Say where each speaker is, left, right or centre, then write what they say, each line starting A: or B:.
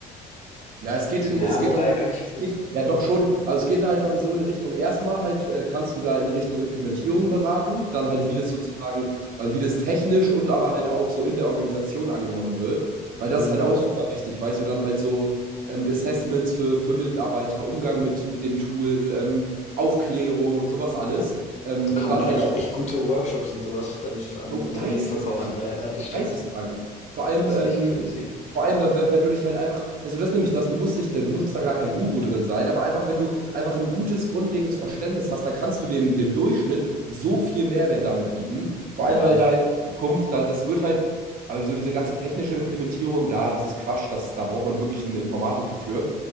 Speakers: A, on the right; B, on the left.
A: Na, es geht in,
B: ja,
A: es geht
B: wobei
A: dann so,
B: eigentlich
A: es
B: mit
A: geht, ja doch schon, also es geht halt dann so in Richtung, erstmal halt äh, kannst du da in Richtung Implementierung beraten, dann halt
B: mhm,
A: wie das sozusagen, also wie das technisch und aber halt auch so in der Organisation angenommen wird, weil das
B: mhm,
A: ist halt auch super wichtig, weißt du, dann halt so ähm, Assessments für, für Mitarbeiter, Umgang mit, mit dem Tool, ähm, Aufklärung und sowas alles. Ähm,
B: so kann
A: und
B: man
A: dann
B: eigentlich
A: halt auch
B: echt gute Workshops und so was dann f an
A: Bro,
B: Unternehmen
A: geisteskrank.
B: verkaufen. Na ja, das stimmt.
A: Geisteskrank. Vor allem,
B: Das
A: ähm,
B: ist echt crazy.
A: vor allem dann, wenn, wenn du dich halt einfach, weißt du, das ist nämlich das, du musst dich, da- du musst da gar kein Guru drin sein, aber einfach, wenn du einfach ein gutes, grundlegendes Verständnis hast, dann kannst du dem, dem Durchschnitt so viel Mehrwert damit bieten. Vor
B: Ja,
A: allem, weil da halt in Zukunft, da, das wird halt, also so diese ganze technische Implementierung da, das ist Quatsch, das, da braucht man wirklich einen Informatiker für.